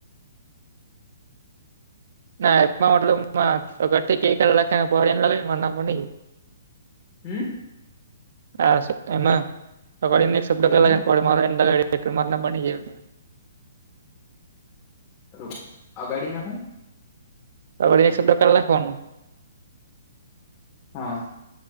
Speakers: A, on the right; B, on the left.
A: ના એપમાં મતલબ અગરથી ક લખ લે નહિ.
B: હમ.
A: હ એબની
B: તે હું
A: <unintelligible>
B: રો અગાડી ને હું?
A: <unintelligible> રાખવાનું.
B: હા.